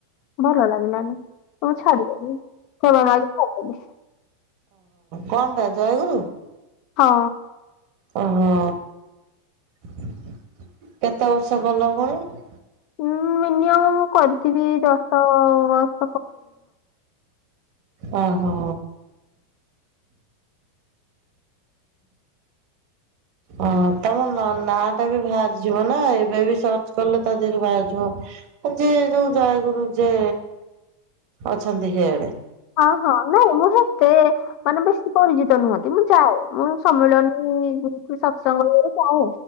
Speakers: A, on the left (about 50°); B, on the right (about 55°).
A: ଭଲ ଲାଗିଲାନି। ମୁଁ ଛାଡିଦେଲି <unintelligible> ଛାଡ଼ିଦେଲି।
B: କଣ ଟା ଜୟଗୁରୁ?
A: ହଁ।
B: ଓହୋ କେତେ ବର୍ଷ କଲ ପୁଣି?
A: ଉଁ ମିନିମମ ମୁଁ କରିଥିବି ଦଶ ବସ୍
B: ଓ ହୋ। ହଁ ତମ ନାଁ ନାଁ ଟା ବି ବାହାରିଯିବ ନା ଏବେ ବି ସର୍ଚ୍ଚ କଲେ ତା ଦେହରେ ବାହାରିଯିବ। ଯିଏ ଯୋଉ ଜୟଗୁରୁ ଯେ ଅଛନ୍ତି ହେଡ୍।
A: ହଁ ହଁ ନାଇଁ ମୁଁ ସେତେ ମାନେ ବେଶୀ ପରିଚି ତ ନୁହନ୍ତି ମୁଁ ଯାଏ ମୁଁ ସମ୍ମିଳନୀ ସତ୍ସଙ୍ଗ ଇଏରେ ଯାଏ